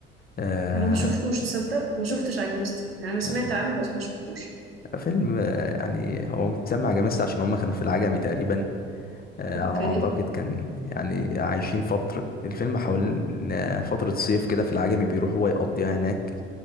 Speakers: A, on the left; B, on the right.
A: آه
B: انا ما شفتوش تصدق ما شفتش عجمست يعني انا سمعت
A: آه،
B: عنه بس ما شفتوش
A: فيلم آه، يعني هو متسمى عجميست عشان هم كانوا في العجمي تقريبا آه
B: اوكي
A: على ما أعتقد كان يعني عايشين فترة الفيلم حوالين آه، فترة صيف كده في العجمي بيروح هو يقضيها هناك